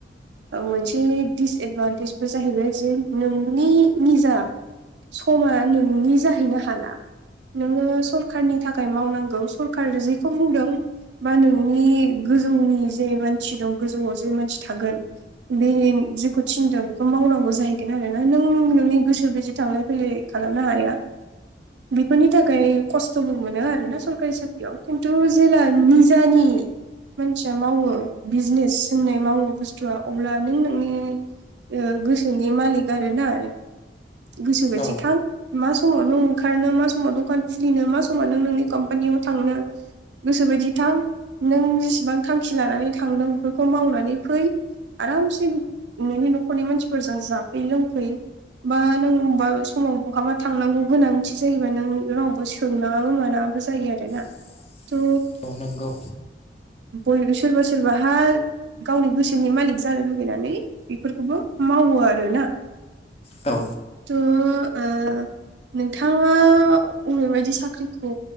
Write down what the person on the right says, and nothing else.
ओ मोनसे दिडिसएदभान्टेजबो जाहैबाय जे नोंनि निजा समा नोंनि जाहैनो हाला नोङो सरखारनि थाख थाखाय मावनांगौ सरखारदो जेखौ बुंदों बा नोंनि गोजौनि जे मानसि दं गोजौआव जे मानसि थागोन बे जेखौ थिनदों बेखौ मावनांगौ जाहैगोन आरोना नों नोंनि गोसो बादि थांलाय फैलाय खालामनो हाया। बेफोरनि थाखाय खस्थ'बो मोनो आरोना सरकारि साख्रियाव खिन्थु जेला निजानि मानसिया मावो बिजनेस होननाय मावो बुस्थुआ अब्ला नों नोंनि ओ गोसोनि मालिक आरोना नों गोसो
बायदि थां मा समाव नों ओंखारनो मा समाव दखान खुलिनो मा समाव नों नोंनि कम्पानियाव थांनो गोसो बायदि थां नों जेसेबां थांखि लानानै थांदों बेखौ मावनानै फै। आरामसे नोंनि न'खरनि मानसिफोरजों जाफै लोंफै बा नों हबा समाव बहाबा थांनांगौ गोनांथि जायोबा नों रावबो सोंनाङाबो मानाङाबो जायो आरोना।
थ'
बयबो सोरबा सोरबाहा गावनि गोसोनि मालिक जानो लुुबैनानै बेफोरखौबो मावो आरोना।
थ' ओ नोंथाङा अबेबायदि साख्रिखौ